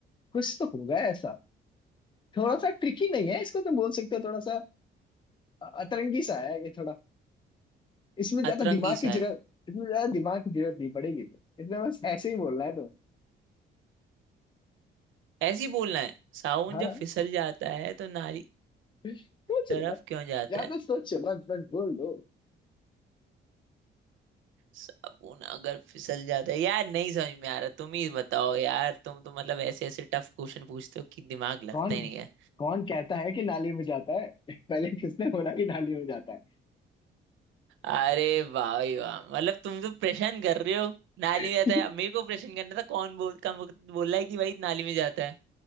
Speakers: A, on the left; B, on the right.
A: कुछ तो होगा ऐसा थोड़ा सा ट्रिकी नहीं है इसको तुम बोल सकते हो थोड़ा सा अतरंगी सा है ये थोड़ा इसमें ज्यादा
B: अतरंगी
A: दिमाग की
B: सा
A: जरूरत
B: है
A: इसमें ज्यादा दिमाग की जरूरत नहीं पड़ेगी इसमें बस ऐसे ही बोलना है तो
B: ऐसी बोलना है साबुन
A: हाँ
B: जब
A: हाँ।
B: फिसल जाता है तो नारी
A: सोच
B: तरफ
A: लो मत
B: क्यों जाता
A: ज्यादा
B: है
A: सोचो मत बस बोल दो
B: साबुन अगर फिसल जाता है यार नहीं समझ में आ रहा तुम ही बताओ यार तुम तो मतलब ऐसे ऐसे टफ क्वेश्चन पूछते हो कि दिमाग लगता
A: कौन
B: ही नहीं है
A: कौन कहता है कि नाली में जाता है <laughs> पहले किसने बोला कि नाली में जाता है
B: अरे वाह भाई वाह मतलब तुम तो परेशान कर रहे हो नाली
A: <laughs>
B: में जाता है अब मेरे को परेशान करना था कौन बोल कम बोल रहा है कि भाई नाली में जाता है